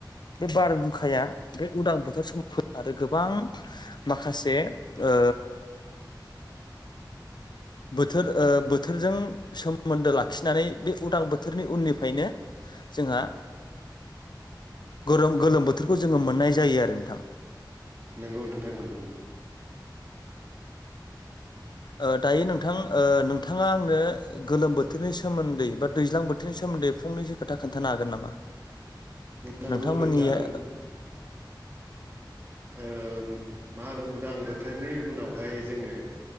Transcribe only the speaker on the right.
नंगौ नोंथां नंगौ
नंगौ
नोंथां ओ‌ मा होनो उदां बोथोरनि उनावहाय जोङो